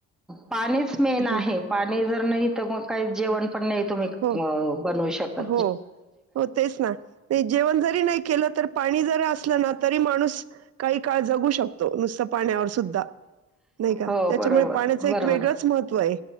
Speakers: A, in the centre; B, on the right.
A: पाणीच मेन
B: हं.
A: आहे पाणी जर नाही तरग काही जेवण पण नाही तुम्ही
B: हो,
A: अ बनवू शकतं.
B: हो, हो तेच ना नाय जेवणं जरी नाय केलं तर पाणी जरी असलं ना तरी माणूस काही काळ जगू शकतो नुसतं पाण्यावर सुद्धा. नाही का
A: हो
B: त्याच्यामुळे
A: बरोबर
B: पाण्याच एक
A: बरोबर
B: वेगळंच महत्त्व आहे